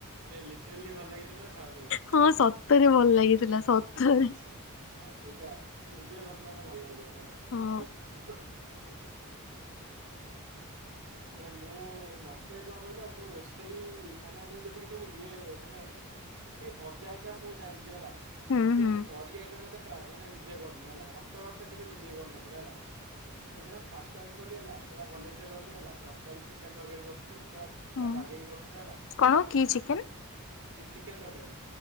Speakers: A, on the right; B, on the left.
A: ନାଇଁ ଲିଟେରିଲ୍ ଭଲ ଲାଗି ରା ଖରାପ୍ ହେଇ
B: ହଁ ସତରେ ଭଲ ଲାଗିଥିଲା ସତରେ।
A: ଆଚ୍ଛା। ହଁ ସେଇଟା ନିଜେ କରିଚ ମାନେ ଭଲ ଲାଗିବନା।
B: ହଁ।
A: <inaudible> ନାଇଁ ମୁଁ ମତେ କଣ କହିଲ ମୁଁ ରୋଷେଇ ମାନେ ମୁଁ ଯଦିକି ସବୁ ଇଏ ମାନେ ମୁଟିକେ ଭଜା ଆଇଟମ୍ ମୁଜାଣିଚି ହେଲା
B: ହୁଁ
A: ମୁକେବେ
B: ହୁଁ
A: କରି ଆଇଟମ୍ ଏତେ ଟ୍ରାଏ ମାନେ ନିଜେ କରିନି ହେଲା ଭାତ ଭାତ କେବେ ନିଜେ କରିନଥିଲି ହେଲା। ସେଦିନ ଫାଷ୍ଟ ଟାଇମ୍ କଲି ହେଲା ପୁରା ଭଲସେ କଲି ହେଲା ତରକାରୀ ଚିକେନ୍ ତରକାରୀ କରିଥିଲି ପୁରା ପୁରା
B: ହୁଁ
A: ବାଗେଇକି କରିଥିଲା ହେଲା
B: କଣ କି
A: ସେ
B: ଚିକେନ
A: ପି ଚିକେନ୍ ତରକାରୀ।